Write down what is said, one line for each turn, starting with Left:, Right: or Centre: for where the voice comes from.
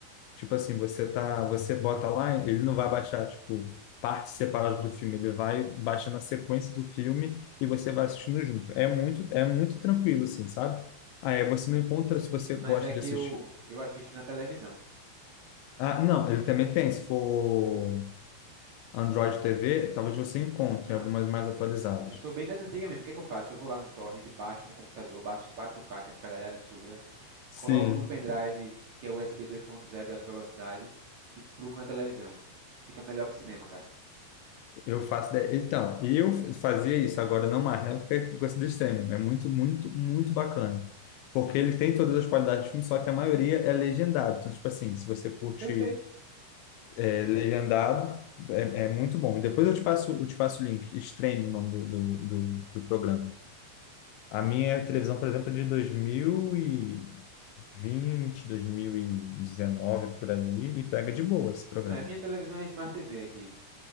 Left: Tipo assim, você tá, você bota lá, ele não vai baixar, tipo, partes separadas do filme, ele vai baixando a sequência do filme e você vai assistindo junto. É muito, é muito tranquilo, assim, sabe? Aí você não encontra se você
Right: mas
Left: gosta
Right: é que
Left: de assistir.
Right: eu, eu assisto na televisão.
Left: Ah, não, ele também tem, se for Android TV, talvez você encontre
Right: Ah,
Left: algumas mais atualizadas.
Right: que- eu sou bem das antigas mesmo. O que é que eu faço? Eu vou lá no torrent, baixo no computador, bato em 4K, que é a qualidade é absurda,
Left: Sim.
Right: coloco no pendrive, que é USB 2.0 de alta velocidade, e plugo na televisão. Fica melhor que cinema, cara.
Left: Eu faço. de- Então, eu fazia isso, agora não mais, né? Porque eu gosto do streaming. É muito, muito, muito bacana. Porque ele tem todas as qualidades de filme, só que a maioria é legendado. Então, tipo assim, se você curte
Right: Perfeito.
Left: é, legendado, é, é muito bom. E depois eu te passo, eu te passo o link. Stream, o nome do, do, do, do programa. A minha televisão, por exemplo, é de dois dois mil mil e vinte, dois mil e 2019, por ali, e pega de boa esse programa.
Right: É, minha televisão é Smart TV aqui.